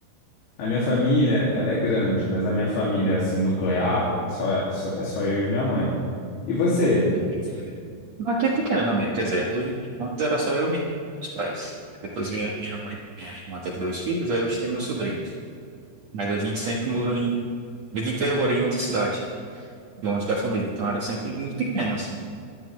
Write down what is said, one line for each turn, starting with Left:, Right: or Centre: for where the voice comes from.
Left: A minha família, ela é grande, mas a minha família, assim, nuclear, é só, é só, é só eu e minha mãe. E você?
Right: Eu não sei. Não, Aqui é pequena também, quer dizer, hoje, antes era só eu e minha- meus pais. Depois minha, minha mãe, minha irmã teve dois filhos, aí hoje tem meus sobrinhos. Mas a gente sempre morou em, a vida inteira morou em outra cidade, longe da família, então era sempre muito pequeno, assim.